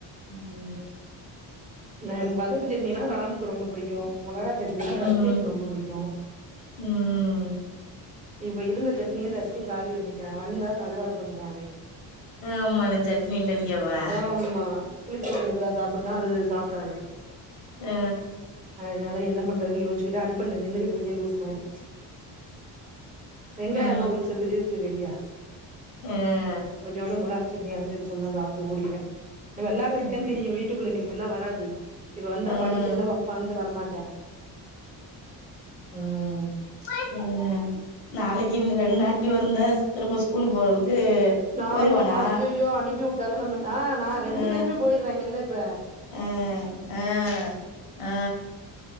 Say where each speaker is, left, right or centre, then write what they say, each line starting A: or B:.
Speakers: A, on the left; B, on the right.
A: ம்
B: நான் வதக்கு சட்னினா ராமுக்கு ரொம்ப புடிக்கும் மொளகா சட் இன
A: ம்
B: தஷ்வினுக்கு ரொம்ப புடிக்யு
A: ம்
B: இப்ப இருந்த சட்னிய தஸ்வின் காலி பண்ணிட்டா வந்தா தகராறு பண்ணுவான் அலே
A: ஆமா எனக்கு சட்னி இல்லன்னு கேப்பே
B: ஆமா புளி கொழம்பு இருக்குடா சாப்புட்ரா அதுஸ் சாப்டாது
A: அ
B: அதுனால என்ன பண்றதுனு யோச்சுட்டு அடுப்பட்ல்ல நின்னுக்குட்ருக்கே லூஸ் மாரி வெங்காய்
A: ம்
B: எல்லா உரிச்சது இருக்கு ரெடியா
A: யே
B: கொஞ்சோனு மொளாச் சட்னி அரச் வச்சோம்னா சாப்ட்டு ஓடிர்வே ந வெல்லாறைக்கன்
A: ஆமா
B: தெரியு வீட்டுக்குள்ள என்னக்கு ஃபுல்லா வராது இவ வந்தா
A: ஆ
B: படிக்கல்ல வப்பான்ட்டு வரமாட்டே ம்
A: அஹ்ன் நாளைக்கு இன்னு ரெண்டு நாளைக்கு இல் இருந்தா திரும்ப ஸ்கூலுக்கு போறதுக்கு
B: நாமமா
A: போயிருவானா
B: ஐயோயோ அனுப்பி விட்டாதா நம்மல் ஆ நா ரெண்டு
A: அ
B: பேருமே போய்ர்றாங்கில்ல ப
A: அ அ ஆ